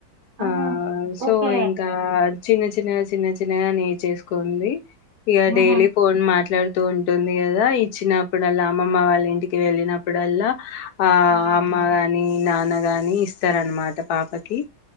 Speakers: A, on the right; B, on the left.
A: ఆహా!
B: ఆ So
A: okay.
B: ఇంకాత్ చిన్న చిన్నగా చిన్న చిన్నగా నేరుచేసుకోంది. ఇగ
A: హుహు.
B: డైలీ ఫోన్ మాట్లాడు తు ఉంటుంది కదా ఈ చిన అప్పుడల్లా అమ్మమ్మ వాళ్ళ ఇంటికి వెళ్ళినప్పుడల్లా ఆ
A: హ్మ్.
B: అమ్మగాని నాన్నగాని ఇస్తారన్నమాట పాపకి